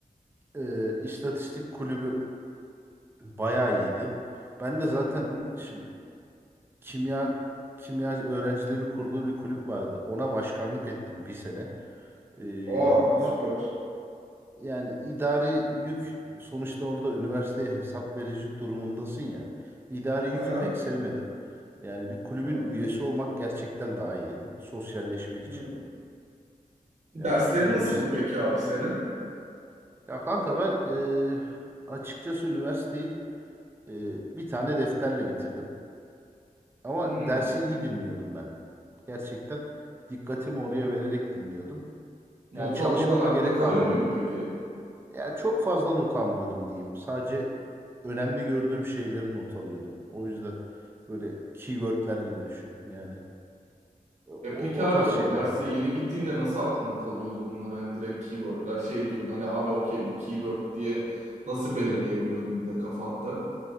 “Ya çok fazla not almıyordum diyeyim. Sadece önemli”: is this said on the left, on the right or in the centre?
Right